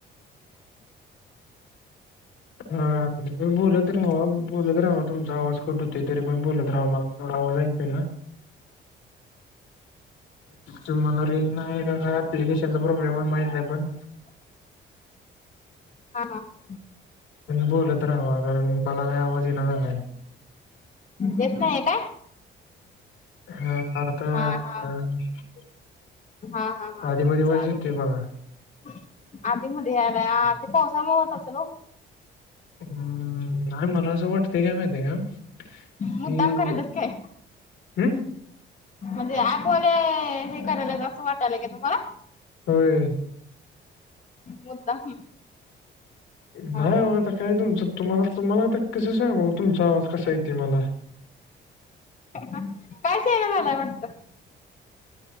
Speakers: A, on the left (about 80°); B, on the left (about 40°).
A: हा बोलत राहावा बोलत राहावा तुमचा आवाज कट होतोय तरी पण बोलत राहावा मला एवढा आवाज ऐक पन तुम्हाला रेंज नाही आहे का, काय अप्लिलिकेशनचा प्रॉब्लेम आहे माहित नाही पण
B: हा हा हा.
A: म्ह बोलत राहावा कारण मला काय आवाज येईना झालाय.
B: येत नाहीये काय
A: हा आता
B: हा हा
A: <inaudible>
B: हा हा हा
A: आधी मधी वाज
B: चालेल.
A: येतोय बघा.
B: आधी मध्ये यालाय आधी पावसामुळं होत असल ओ.
A: हम्म नाही म्हणावसं वाटतयं काय माहितीय का.
B: मुद्दाम
A: की
B: कराल्यात काय.
A: हम्म
B: म्हणजे आपण हे कराल्यात असं वाटालयं का तुम्हाला.
A: होयं.
B: मुद्दाम. हा
A: नाही
B: हा
A: हो आता काय तुमचं तुम्हाला त मला आ कसं सांगू तुमचा आवाज कसा येतोय मला.
B: कायच येईना झालंय वाट